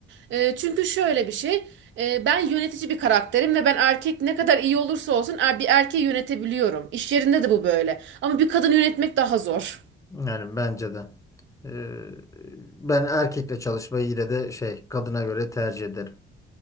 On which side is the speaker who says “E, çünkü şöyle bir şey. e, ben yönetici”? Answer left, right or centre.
Right